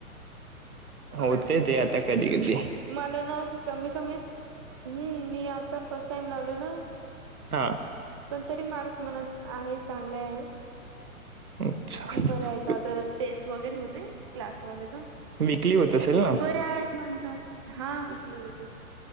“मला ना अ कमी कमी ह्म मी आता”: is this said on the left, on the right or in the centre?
Right